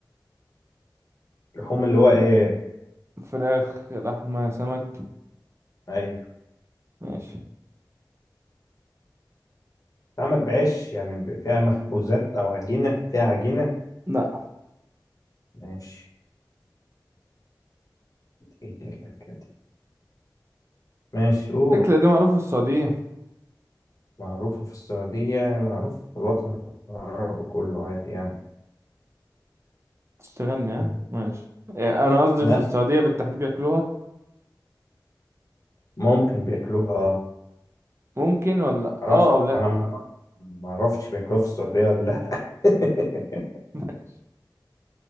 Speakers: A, on the left (about 50°); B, on the right (about 35°).
A: اللحوم اللي هو ايه
B: فراخ لحمة سمك
A: ايوه
B: ماشي
A: بتتعمل بعيش يعني ب- فيها مخبوزات او عجينه فيها عجينه
B: لا
A: ماشي ايه دي الأكلة دي؟ ماشي قول
B: الأكلة دي معروفة في السعودية
A: معروفة في السعودية معروفة في الوطن العربي كله عادي يعني
B: تشتغلني ها
A: مم.
B: ماشي يعني أنا قصدي
A: لا
B: في السعودية بالتحديد بياكلوها
A: ممكن بياكلوها
B: ممكن ولا
A: معرفش
B: اه أو لأ
A: أنا ما معرفش بياكلوها في السعودية ولا لأ <laughs>
B: <laughs>